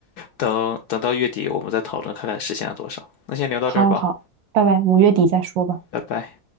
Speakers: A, on the left (about 70°); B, on the right (about 80°).
A: 等等到月底，我们再讨论看看实现了多少。那先聊到这儿吧，
B: 好好好，拜拜，五月底再说吧。
A: 拜拜。